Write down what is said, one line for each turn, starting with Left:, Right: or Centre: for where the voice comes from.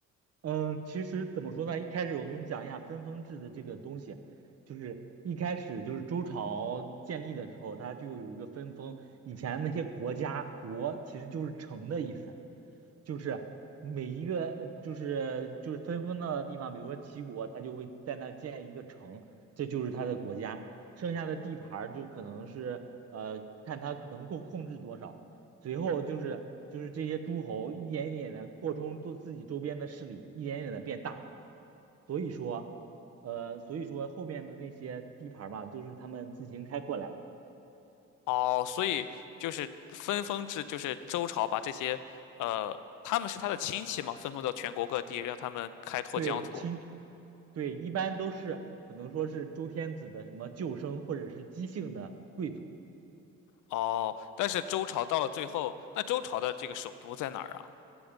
Right: 嗯，其实怎么说呢？一开始我跟你讲一下分封制的这个东西，就是一开始就是周朝建立的时候，它就有一个分封。以前那些国家，国其实就是城的意思，就是每一个就是就是分封的地方，比如说齐国，它就会在那儿建一个城，这就是它的国家。剩下的地盘儿就可能是呃看它能够控制多少。随后就是就是这些诸侯一点一点的扩充都自己周边的势力，一点点的变大。所以说，呃，所以说后面的那些地盘儿嘛，都是他们自行开阔来的。
Left: 哦，所以就是分封制，就是周朝把这些，呃，他们是他的亲戚嘛，分封到全国各地，让他们开拓疆土。
Right: 对，亲，对，一般都是可能说是周天子的什么旧生或者是姬姓的贵族。
Left: 哦，但是周朝到了最后，那周朝的这个首都在哪儿啊？